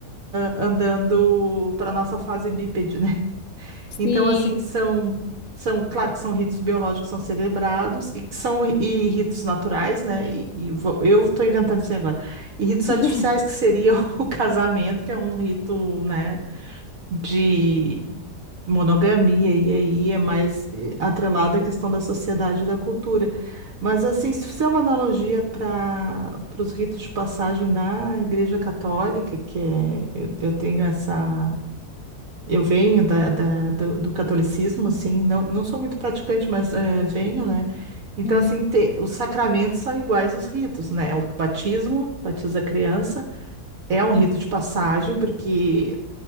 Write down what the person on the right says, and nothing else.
andando para nossa fase bípede, né?
Então, assim, são são, claro que são ritos biológicos que são celebrados e que são e ritos naturais, né? E, e vou- eu estou inventando isso aí agora. E ritos artificiais
que seria <laughs> o casamento, que é um rito, né? de monogamia, e aí é mais eh, atrelado à questão da sociedade e da cultura. Mas, assim, se fizer uma analogia para para os ritos de passagem na Igreja Católica, que é, eu, eu tenho essa. Eu venho da, da- do, do catolicismo, assim, não, não sou muito praticante, mas eh, venho, né? Então,
assim, te- os sacramentos são iguais os ritos, né? O batismo, batiza a criança. É um rito de passagem, porque